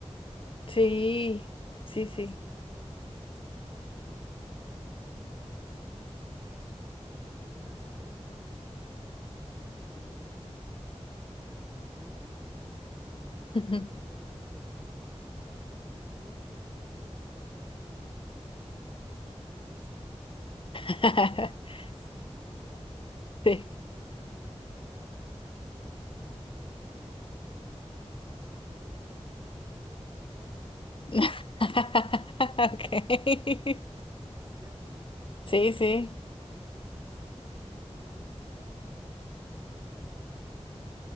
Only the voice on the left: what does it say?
Sí,
sí,
sí.
<laughs>
<laughs>
Sí.
<laughs> Okay.
Sí,
sí,